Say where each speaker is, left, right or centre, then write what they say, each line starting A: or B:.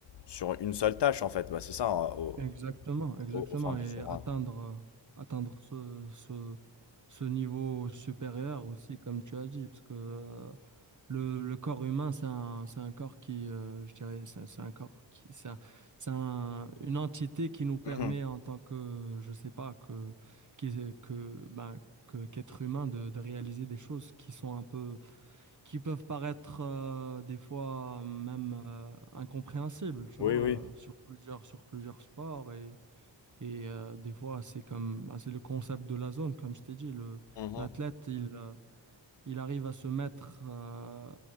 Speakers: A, on the left (about 65°); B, on the right (about 40°).
A: sur une seule tâche, en fait. Bah, c'est ça, hein, au,
B: Exactement, exactement.
A: au, au fin du
B: Et
A: jour.
B: atteindre,
A: hein.
B: euh, atteindre ce, ce, ce niveau supérieur aussi, comme tu as dit, parce que euh, Le, le corps humain, c'est un, c'est un corps qui, euh, je dirais, c'est c'est un corps qui, c'est un- c'est un- une entité qui nous permet
A: Ouais. Mhm.
B: en tant que, je sais pas, que, qui- que, ben, que, qu'être humain de, de réaliser des choses qui sont un peu, qui peuvent paraître euh, des fois même euh, incompréhensibles, tu
A: Oui,
B: vois,
A: oui.
B: sur plusieurs, sur plusieurs sports et, et euh, des fois c'est comme, ben, c'est le concept de la zone, comme je t'ai dit, le,
A: Mhm.
B: l'athlète, il, euh, il arrive à se mettre euh,